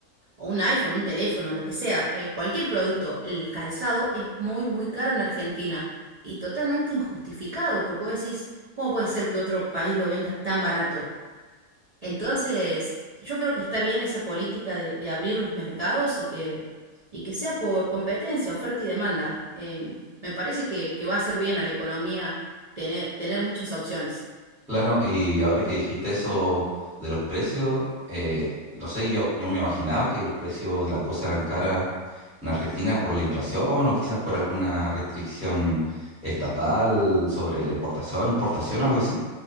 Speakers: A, on the right; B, in the centre.
A: O un iPhone, un teléfono, lo que sea, eh, cualquier producto. El calzado es muy, muy caro en Argentina y totalmente injustificado porque vos decís, ¿cómo puede ser que otro país lo venda tan barato? Entonces, yo creo que está bien esa política de, de abrir los mercados y que, y que sea por competencia, oferta y demanda. Em, me parece que, que va a hacer bien a la economía tener, tener muchas opciones.
B: Claro, y ahora que dijiste eso de los precios, eh, no sé, yo, yo me imaginaba que los precios de las cosas eran caras en Argentina por la inflación o quizás por alguna restricción estatal sobre la importación, exportación, algo así.